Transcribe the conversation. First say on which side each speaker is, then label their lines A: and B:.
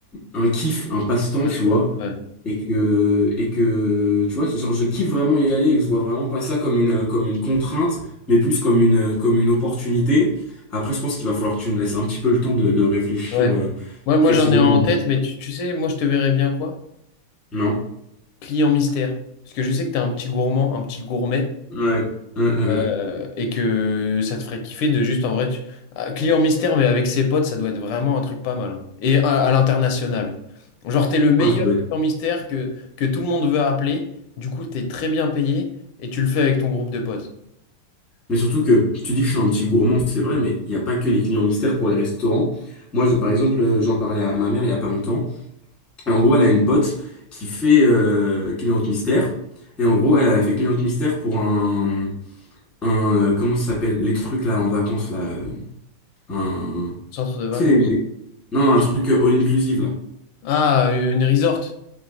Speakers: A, in the centre; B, on the left.
A: un kiff, un passe-temps,
B: Passion.
A: tu vois,
B: Ouais.
A: et que et que tu vois, genre je kiffe vraiment y aller et que je vois vraiment pas ça comme une comme une contrainte, mais plus comme une comme une opportunité. Après, je pense qu'il va falloir que tu me laisses un petit peu le temps de, de réfléchir
B: Ouais.
A: euh,
B: Moi, moi
A: précisément.
B: j'en ai un en tête, mais tu, tu sais, moi, je te verrais bien quoi?
A: Non?
B: Client mystère. Parce que je sais que tu es un petit gourmand, un petit gourmet.
A: Ouais. Ouais, ouais,
B: euh,
A: ouais.
B: et que ça te ferait kiffer de juste en vrai tu... ah, client mystère mais avec ses potes ça doit être vraiment un truc pas mal hein. et à, à l'international genre t'es le meilleur
A: Ah, ça doit être
B: client mystère que, que tout le monde veut appeler du coup t'es très bien payé et tu le fais avec ton groupe de potes
A: Mais surtout que tu dis que je suis un petit gourmand, c'est vrai, mais il n'y a pas que les clients mystères pour les restaurants. Moi, je- par exemple, euh, j'en parlais à ma mère il n'y a pas longtemps. Et en gros, elle a une pote qui fait euh, cliente mystère. Et en gros, elle a fait cliente mystère pour un, un euh, comment ça s'appelle? Les trucs là en vacances là. euh, Un,
B: centre de vacances
A: tu sais, les- les- non, un truc euh, all-inclusive là.
B: ah une resort